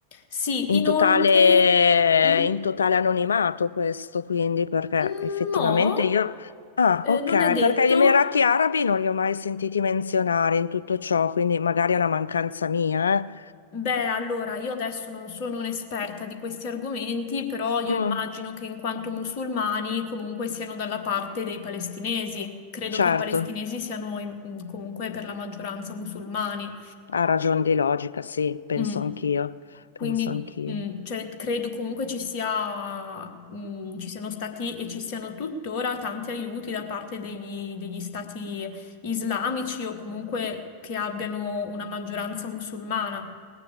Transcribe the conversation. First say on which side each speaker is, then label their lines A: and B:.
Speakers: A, on the left; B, on the left.
A: Sì,
B: in
A: inoltre...
B: totale,
A: Mm?
B: in totale anonimato questo, quindi, perché
A: Mm,
B: effettivamente
A: No,
B: io... Ah,
A: eh,
B: ok,
A: non è detto.
B: perché gli Emirati Arabi non li ho mai sentiti menzionare in tutto ciò, quindi magari è una mancanza mia, eh.
A: Beh, allora, io adesso non sono un'esperta di questi argomenti, però io
B: Mm.
A: immagino che in quanto musulmani comunque siano dalla parte dei palestinesi. Credo
B: Certo,
A: che i palestinesi siano in- comunque per la maggioranza musulmani.
B: ha ragione di logica, sì, penso
A: Mm.
B: anch'io, penso
A: Quindi,
B: anch'io.
A: mh, cioè, credo comunque ci sia, mh, ci siano stati e ci siano tuttora tanti aiuti da parte degli, degli stati islamici o comunque che abbiano una maggioranza musulmana.